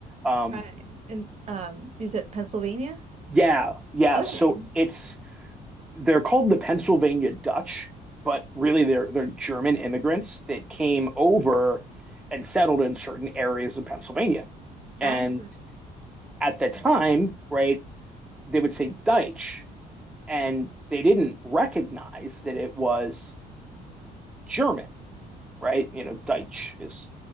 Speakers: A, in the centre; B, on the right.
A: Um,
B: Right. And um you said Pennsylvania?
A: yeah, yeah.
B: Okay.
A: So it's they're called the Pennsylvania Dutch, but really they're they're German immigrants that came over and settled in certain areas of Pennsylvania. And
B: Gotcha.
A: at the time, right, they would say Deutsch, and they didn't recognize that it was German, right? You know, Deutsch is